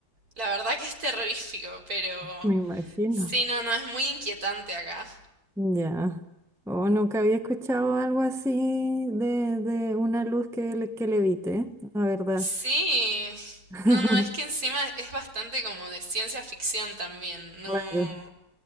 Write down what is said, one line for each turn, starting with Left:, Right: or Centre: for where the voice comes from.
Right: la verdad que es terrorífico, pero
Centre: me imagino.
Right: sí, no, no, es muy inquietante acá.
Centre: Ya. O nunca había escuchado algo así de, de una luz que, le- que levite, la verdad.
Right: Sí,
Centre: <laughs>
Right: no, no, es que encima es bastante como de ciencia ficción también, no,
Centre: Claro,